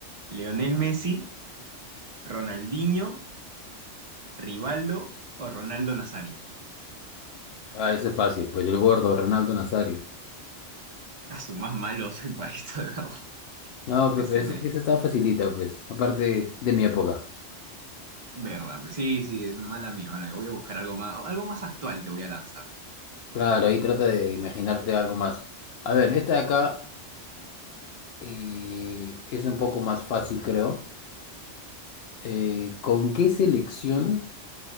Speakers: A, on the right; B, on the left.
A: Leonel Messi, Ronaldinho, Rivaldo o Ronaldo Nazario?
B: Ah, eso es fácil, pues el gordo, Ronaldo Nazario.
A: A su más malo soy para esto, de verdad.
B: No, pues
A: Puede
B: pero
A: ser,
B: ese-
A: mira,
B: esa estaba facilita, pues, aparte de mi época.
A: verdad. pues sí, sí, mala mía, mala mía. Voy a buscar algo más, algo más actual te voy a lanzar.
B: Claro, ahí trata de imaginarte algo más. A ver, esta de acá eh, es un poco más fácil, creo. Eh, ¿con qué selección?